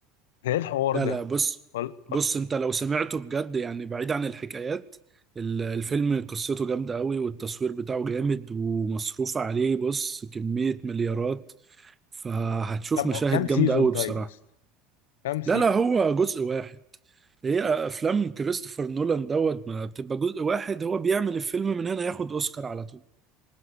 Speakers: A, on the left; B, on the right.
A: ايه الحوار
B: لا
A: ده
B: لا بص
A: وال...
B: بص انت لو سمعته بجد يعني بعيد عن الحكايات ال- الفيلم قصته جامدة قوي والتصوير بتاعه جامد ومصروف عليه بص كمية مليارات فهتشوف
A: طب
B: مشاهد
A: كام
B: جامدة
A: سيزون
B: قوي
A: طيب
B: بصراحة
A: بس كام سيزون
B: لا لا هو جزء واحد هي افلام كريستوفر نولان دوت ما بتبقى جزء واحد هو بيعمل الفيلم من هنا ياخد اوسكار على طول